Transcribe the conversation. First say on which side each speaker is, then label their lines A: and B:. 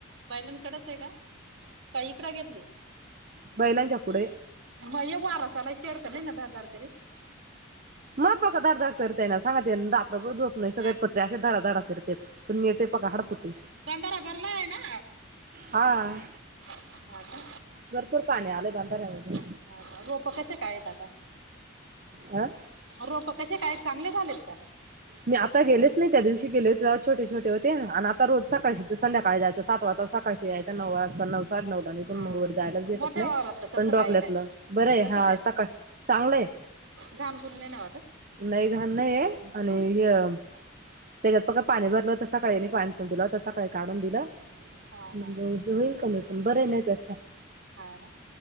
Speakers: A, on the right; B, on the right.
A: बैलांकडच आहे का? का इकड घेतली?
B: बैलांच्या पुढे
A: मग ये वारासाला शेड त नाही ना धड धड करीत?
B: मग पका धडधाड करतय ना सांगते ना रात्रभर झोप नाही सगळे
A: हा का
B: पत्रे असे धडाधडा करतेत पण मी ते पघा हडत होते.
A: बंधारा भरला आहे ना
B: हा.
A: हा का
B: भरपूर पाणी आलय बंधाऱ्यांमधे.
A: हा का, रोप कशे काय आहेत आता?
B: आं.
A: रोप कसे काय आहेत? चांगले झालेत का?
B: मी आता गेलेच नाही. त्या दिवशी गेले होते तेव्हा छोट छोटे होते. आणि आता रोज सकाळशीं ती संध्याकाळी जायंच सात वाजता सकाळशी यायचं. ते नव वाजता नव पार नवला निघून
A: हा
B: मग वर जायलाच भेटत
A: मोठ्या
B: नाही.
A: वावरातलं कसं
B: पण डोकल्यातलं
A: काय काय नाही
B: बर आहे. हा
A: कसं काय
B: सकाळ चांगलंय.
A: घाण गुंण नाही ना वाटत?
B: नाही घाण नाही आहे आणि ह्य त्याच्यात पक्का पाणी भरलं होत सकाळीनी पाणी <unintelligible> दिलं त सकाळी काढून दिलं.
A: हा
B: मग
A: हा.
B: गऊरच होईल कमी पण बरं आहे ना <unintelligible>
A: हा ना.